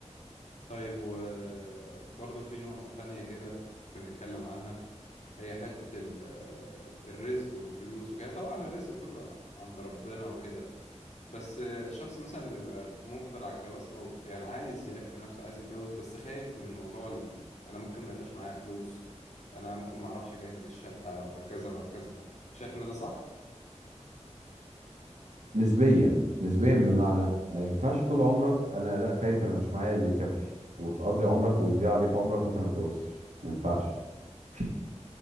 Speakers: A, on the left; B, on the right.
A: طيب وبرضه في نقطة تانية كده كنا نتكلم عنها هي حتة ال- الرزق والفلوس وكده طبعا الرزق كله عند ربنا وكده بس الشخص مثلا اللي بيبقى مقبل على الجواز أو يعني عايز يعيش في نفسه عايز يتجوز بس خايف من موضوع ال... أنا ممكن ما يبقاش معايا فلوس أنا ممكن ما أعرفش أجهز الشقة وهكذا وهكذا شايف إن ده صح؟
B: نسبيا نسبيا بمعنى ما ينفعش طول عمرك انا لا خايف انا مش معايا اللي يكفي وتقضي عمرك ويضيع عليك عمرك وانت ما اتجوزتش ما ينفعش في